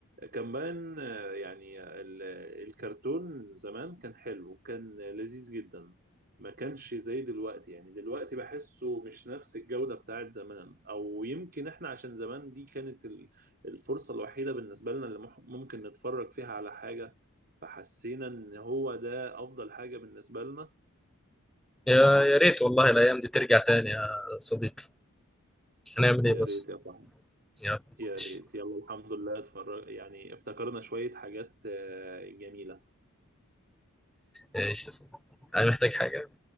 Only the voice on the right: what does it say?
كمان آه، يعني ال- الكرتون زمان كان حلو كان لذيذ جدا ما كانش زي دلوقتي يعني دلوقتي بحسه مش نفس الجودة بتاعت زمان او يمكن احنا عشان زمان دي كانت ال- الفرصة الوحيدة بالنسبة لنا اللي مح- ممكن نتفرج فيها على حاجة فحسينا ان هو ده افضل حاجة بالنسبة لنا
يا
ريت يا صاحبي
يا
ريت يلا الحمد لله اتفرج يعني افتكرنا شوية حاجات آه، جميلة